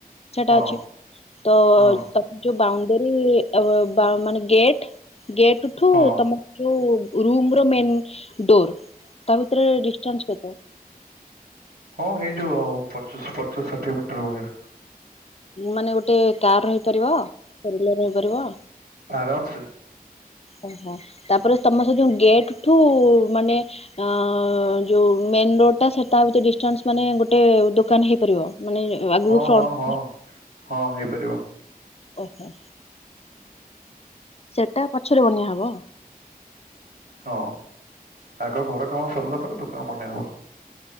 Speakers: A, on the left; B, on the right.
A: ସେଟା
B: ହଁ
A: ଅଛି ତ
B: ହଁ
A: ତମ ଯୋଉ ବାଉଣ୍ଡେରୀ ଆ ବା ମାନେ ଗେଟ ଗେଟଠୁ
B: ହଁ।
A: ତମର ଯୋଉ। ରୁମ୍ ର ମେନ ଡୋର ତା ଭିତରେ ଡିଷ୍ଟାନ୍ସ୍ କେତେ?
B: ହଁ ହେଇଯିବ ପଚାସେ ପଚାଶ ଷାଠିଏ ମିଟର ଭଳିଆ।
A: ମାନେ ଗୋଟେ କାର୍ ରହିପାରିବ ରିଲେ ରହିପାରିବ।
B: ଆରାମ ସେ।
A: ଓହୋ ତାପରେ ତମ ସେ ଯୋଉ ଗେଟଠୁ ମାନେ ଅ ଯୋଉ ମେନ୍ ରୋଡ଼୍ ଟା ସେଟା ହଉଚି ଡିଷ୍ଟାନ୍ସ ମାନେ ଗୋଟେ ଦୋକାନ ହେଇପାରିବ। ମାନେ ଆଗକୁ
B: ହଁ
A: ଫ୍ରନ୍ଟ
B: ହଁ ହଁ ହଁ ହେଇପାରିବ
A: ଓହୋ। ସେଟା ପଛରେ ବନିଆ ହବ।
B: ହଁ ଆଗ ଘର କାମ ସରିଲା ପରେ ଦୋକାନ ବନେଇ ହବ।